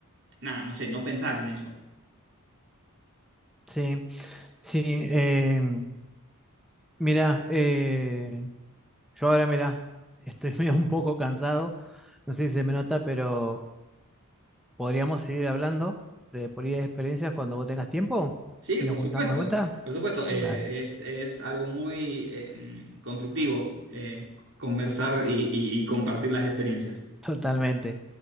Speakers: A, on the right; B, in the centre.
A: nada, no sé, no pensar en eso.
B: sí. Sí, eh, mirá, eh, yo ahora mirá, estoy <laughs> medio un poco cansado, no sé si se me nota, pero podríamos seguir hablando de política de experiencias cuando vos tengas tiempo
A: Sí,
B: y
A: por
B: nos juntamos
A: supuesto,
B: de vuelta.
A: por supuesto. eh,
B: Dale,
A: es, es algo muy eh, constructivo eh, conversar y y- y compartir las experiencias.
B: totalmente.